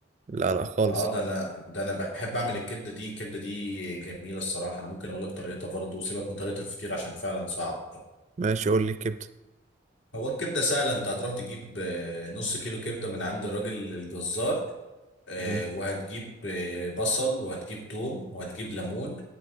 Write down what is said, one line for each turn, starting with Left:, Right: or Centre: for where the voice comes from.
Right: لا لا خالص
Left: اه ده انا ده انا بحب اعمل الكبدة دي الكبدة دي جميلة الصراحة انا ممكن اقول لك طريقتها برضو وسيبك من طريقة الفطير عشان فعلا صعب
Right: ماشي قول لي كبدة
Left: هو الكبدة سهلة انت هتروح تجيب آه، نص كيلو كبدة من عند الراجل الجزار آه،
Right: مم.
Left: وهتجيب آه، بصل وهتجيب توم وهتجيب ليمون